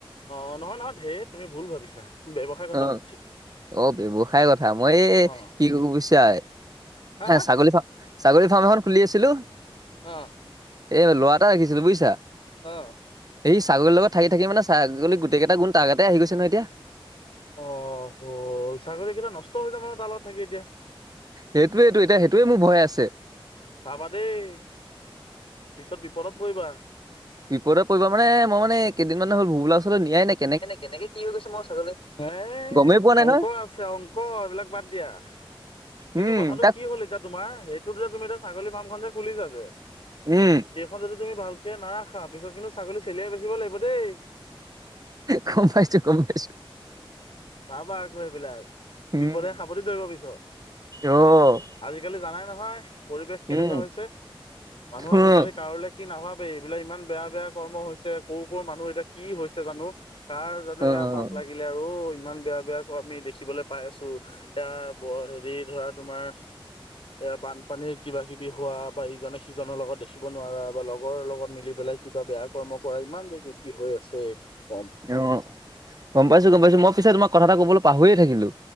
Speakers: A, on the left (about 75°); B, on the right (about 40°).
A: অ' নহয় নহয়, ঢেৰ তুমি ভুল ভাবিছা ব্যৱসায়ৰ কথা
B: অ',
A: সুধিছো।
B: অ' ব্য্ৱসায়ৰ কথা, মই এই
A: অ',
B: কি ক বুইছা
A: হা হা
B: ছাগলী ফা ছাগলী ফাৰ্ম এখন খুলি আছিলো।
A: অ'।
B: এই ল' এটা ৰাখিছিলোঁ বুজিছা।
A: অ'।
B: এই ছাগলীৰ লগতাক থাক মানে ছাগলি গোটেইটা গোণ তোৰগাতে আহি গৈছে নহয় এতিয়া।
A: অ' হ'ল ছাগলী কেইটা নষ্ট হৈ য মানে তালত থাকি এতিয়া।
B: সেইটোৱেইটো, এতিয়া সেইটোৱে মোৰ ভয় আছে।
A: চাবা দেই। পিছত বিপদত পৰিবা।
B: বিপদত পৰিব মান মইামানে কেইদিনমান হল ভোবলা ওচৰলৈ নাই
A: এনেকে এনেকে কি হৈ গৈছে, মই ছাগলী এ
B: গমেই পোৱা নাই
A: অংক
B: নহয়
A: আছে অংক এইবিলাক বাদ দিয়া। কিন্তু
B: উম
A: কথাটো
B: তাক
A: কি হ'ল এতিয়া তোমাৰ সেইটোত যে তুমি এতিয়া ছাগলী ফাৰ্মখন যে খুলিছা যে।
B: উম
A: সেইখন যদি তুমি ভালকে নাৰাখা, পিছত কিন্তু ছাগলী চেলিয়াই বচিব লাগিব দেই।
B: গম পাইছো, গম পাইছো।
A: চাবা আকৌ সেইবিলাক,
B: উম
A: বিপদে সাৱদি ধৰিব পিছত।
B: অ'।
A: আজিকালি জানাই নহয় পৰিৱেশ কেনেকুৱা
B: উম।
A: হৈছে, মানুহ
B: অ',
A: আজিকালি কাৰোলৈ কি নাভাবে এইবিলাক ইমান বেয়া বেয়া কৰ্ম হৈছে, ক' কৰ মানুহ এতিয়া কি হৈছে জানো। কাৰ জানো
B: অ', অ',
A: এয়া পাপ লাগি আৰু ইমান বেয়া বেয়া ক আমি দেখিবলৈ পাই আছো, এয়া হেৰি ধৰা তোমাৰ এ বানপানীৰ কিবা কিবি হোৱা, বা ইজনে সিজনৰ লগত দেখিব নোৱাৰা, বা লগৰ লগত মিলি পেলাই কিবা বেয়া কৰ্ম কৰা ইমান যেগে কি হৈ আছে কি কম।
B: অ', গম পাইছোঁ, গম পাইছোঁ, মই পিছে তোমাক কথা এটা ক'বলৈ পাহৰিয়ই থাকিলোঁ।